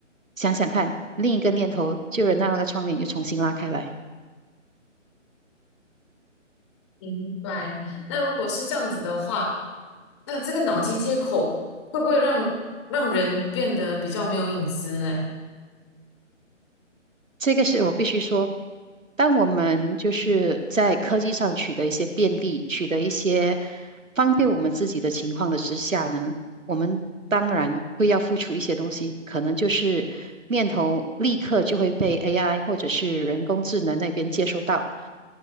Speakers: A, on the right; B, on the left.
A: 想想看，另一个念头就能让那个窗帘又重新拉开来。
B: 明白。那如果是这样子的话，那这个脑机接口会不会让让人变得比较没有隐私嘞？
A: 这个是我必须说，当我们就是在科技上取得一些便利，取得一些方便我们自己的情况的之下呢，我们当然会要付出一些东西，可能就是念头立刻就会被 AI 或者是人工智能那边接收到。